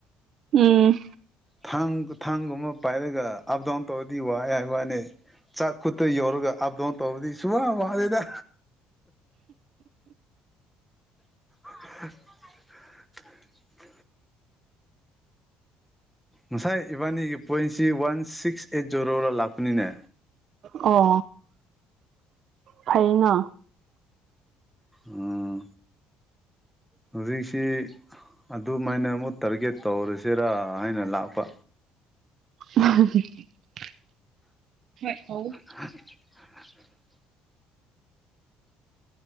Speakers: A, on the right; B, in the centre.
A: ꯎꯝ
B: ꯊꯥꯡ ꯒꯨꯊꯥꯡꯒꯨꯝꯕ ꯄꯥꯏꯔꯒ ꯑꯞ ꯗꯥꯎꯟ ꯇꯧꯔꯗꯤ ꯋꯥꯏ ꯍꯥꯏꯕ ꯋꯥꯅꯦ ꯆꯥꯛ ꯈꯨꯠꯇ ꯌꯧꯔꯒ ꯑꯞ ꯗꯥꯎꯟ ꯇꯧꯕꯗꯤ ꯁꯨꯡꯋꯥ ꯋꯥꯗꯦꯗ <unintelligible> ꯉꯁꯥꯏ ꯏꯕꯥꯅꯤꯒꯤ ꯄꯣꯏꯟꯁꯤ ꯋꯥꯟ ꯁꯤꯛꯁ ꯑꯦꯠ ꯖꯦꯔꯣꯗ ꯂꯥꯛꯄꯅꯤꯅꯦ
A: ꯑꯣ ꯐꯩꯅꯥ
B: ꯎꯝ ꯍꯧꯖꯤꯛꯁꯤ ꯑꯗꯨꯃꯥꯏꯅ ꯑꯃꯨꯛ ꯇꯥꯔꯒꯦꯠ ꯇꯧꯔꯁꯤꯔꯥ ꯍꯥꯏꯅ ꯂꯥꯛꯄ
A: <unintelligible>
B: <inaudible> <inaudible>